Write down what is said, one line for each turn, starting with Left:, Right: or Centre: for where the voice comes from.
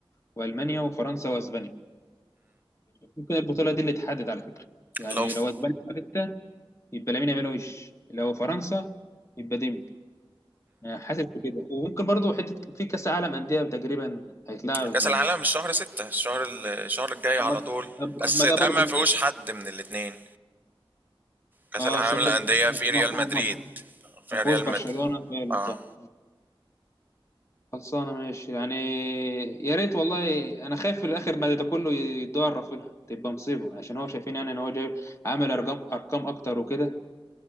Left: وألمانيا وفرنسا وأسبانيا ممكن البطولة دي اللي تحدد على فكرة يعني
Right: لو في
Left: لو أسبانيا خدتها يبقى لامين يامال وش لو فرنسا يبقى ديمبلي أنا حاسس بكده وممكن برضو حته في كاس عالم انديه تقريبا هيتلعب
Right: كأس العالم مش شهر ستة الشهر ال- الشهر الجاي على
Left: طب ما
Right: طول
Left: طب
Right: بس
Left: طب ما ده
Right: ده
Left: برضو
Right: ما فيهوش حد من الاتنين كأس
Left: اه
Right: العالم
Left: صدق
Right: للأندية في
Left: مفهوم
Right: ريال مدريد
Left: مفهوم
Right: في
Left: ما فيهوش
Right: ريال
Left: برشلونه
Right: مدريد
Left: فعلا
Right: اه
Left: صح خلصانه ماشي يعني يا ريت والله انا خايف في الاخر بعد ده كله يدور رافينها تبقى مصيبه عشان هو شايفين يعني ان هو جايب عامل ارقام ارقام اكتر وكده